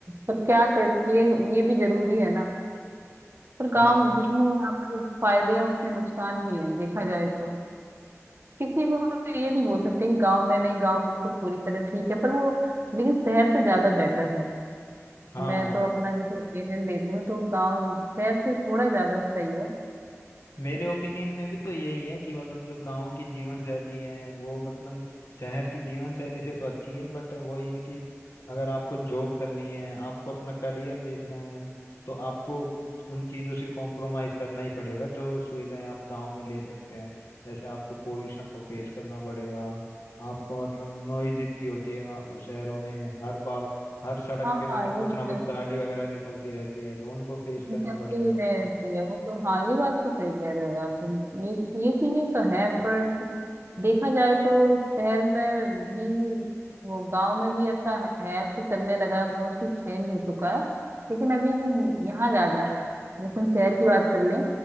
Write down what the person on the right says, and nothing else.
पर क्या कर ये ये भी जरूरी है ना पर काम
जितने यहाँ पर फायदे हैं उतने नुकसान भी हैं देखा जाए तो किसी को तो ये नहीं बोल सकते कि गांव में नहीं गांव बिल्कुल पूरी तरह ठीक है पर वो लेकिन शहर से ज्यादा बेटर है
मैं तो अपना जैसे ओपिनियन देती हूँ तो गांव शहर से थोड़ा ज्यादा सही है
हाँ
हाँ
ये
तो
वो
चलती
रहती है वो तो हाँ ये बात तो सही कह रहे हो यार तुम ये ये चीजें तो है पर देखा जाए तो शहर में भी वो गांव में भी ऐसा है है, अब तो चलने लगा है बहुत कुछ चेंज हो चुका है लेकिन अभी भी यहाँ ज्यादा है जैसे हम शहर की बात कर लें